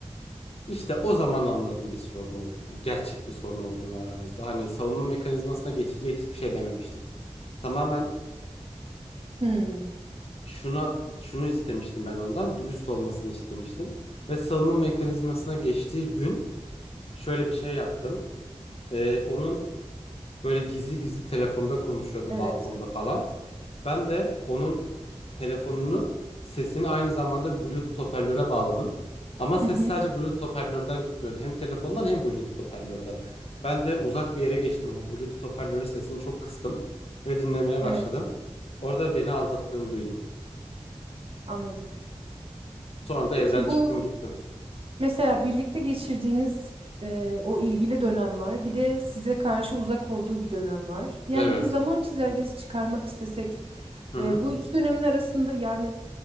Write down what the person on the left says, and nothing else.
İşte o zaman anladım bir sorun olduğunu. Gerçek bir sorun olduğunu aramızda. Hani savunma mekanizmasına geçeceği hiçbir şey dememiştim. Tamamen
şuna şunu istemiştim ben ondan dürüst olmasını istemiştim ve salınma mekanizmasına geçtiği gün şöyle bir şey yaptım. Ee, onun böyle gizli gizli telefonda konuşuyordu
balkonda falan. Ben de onun telefonunu sesini aynı zamanda Bluetooth hoparlöre bağladım. Ama ses
sadece Bluetooth hoparlörden gitmiyordu. Hem telefondan hem Bluetooth hoparlörden. Ben de uzak bir yere geçtim. O Bluetooth hoparlörün sesini çok kıstım ve dinlemeye başladım.
Orada beni aldattığını duydum.
Sonra da
evden
çıktım gittim.
Evet.
Hı hı.